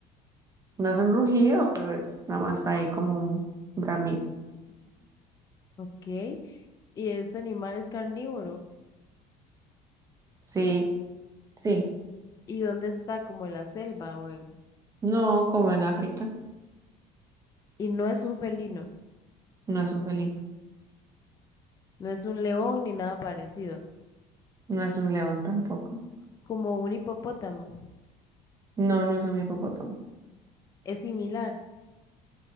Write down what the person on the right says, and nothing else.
no es un rugido, pero es nada más ahí como un bramido.
Sí, sí.
No, como en África,
no es un felino,
no es un león tampoco.
No, no es un hipopótamo.